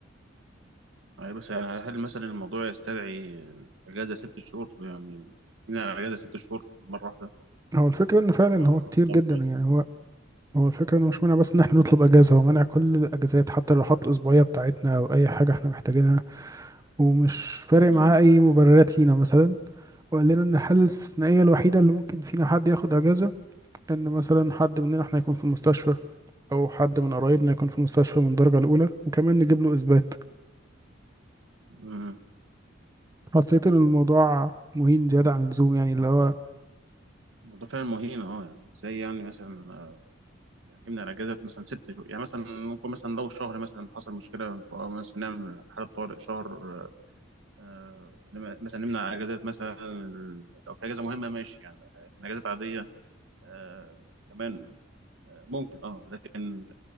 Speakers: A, on the right; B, on the right.
A: يعني بس يعني هل مثلا الموضوع يستدعي آه، اجازه ست شهور يعني من على اجازه ست شهور مره واحده
B: هو الفكره ان فعلا
A: و-
B: هو كتير
A: طب
B: جدا
A: طيب.
B: يعني هو هو الفكرة انه مش مانع بس ان احنا نطلب اجازة هو مانع كل الاجازات حتى الراحات الاسبوعية بتاعتنا او اي حاجة احنا محتاجينها ومش فارق
A: أمم،
B: معاه اي مبررات لينا مثلا وقال لنا ان الحالة الاستثنائية الوحيدة اللي ممكن فينا حد ياخد اجازة ان مثلا حد مننا احنا يكون في المستشفى او حد من قرايبنا يكون في المستشفى من الدرجة الاولى وكمان نجيب له اثبات
A: أمم.
B: حسيت ان الموضوع مهين زيادة عن اللزوم يعني اللي هو
A: الموضوع فعلا مهين اه يعني ازاي يعني مثلا آه، يعني امنع الاجازه مثلا ست شهور يعني مثلا ممكن مثلا لو شهر مثلا حصل مشكله أو مثلا نعمل حاله طوارئ شهر آه، آه، مثلا نمنع اجازات مثلا لو في اجازه مهمه ماشي يعني لكن اجازات عاديه آه كمان آه ممكن اه لكن